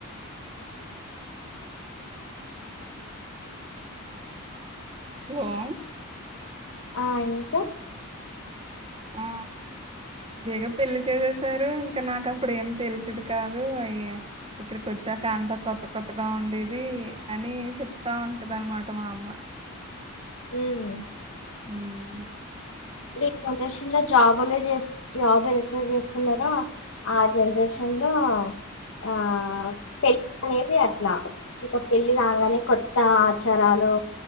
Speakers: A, on the right (about 25°); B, on the left (about 65°).
A: టోమ్
B: ఆ ఇంకా
A: ఆ బేగ పెళ్లి చేసేసారు ఇంకా నాకు అప్పుడు ఏం తెలిసేది కాదు అయ్యే ఇక్కడికి వచ్చాక అంత కొత్త కొత్తగా ఉండేది అని చెప్తా ఉంటది అనమాట మా అమ్మ.
B: ఉమ్.
A: హ్ హు
B: ఈ జనరేషన్ లో జాబులే చేస్ జాబ్ వెంటనే చేస్తున్నారా ఆ జనరేషన్ లో ఆ పెళ్లి అనేది అట్లా ఇంకా పెళ్లి రాగానే కొత్త ఆచారాలు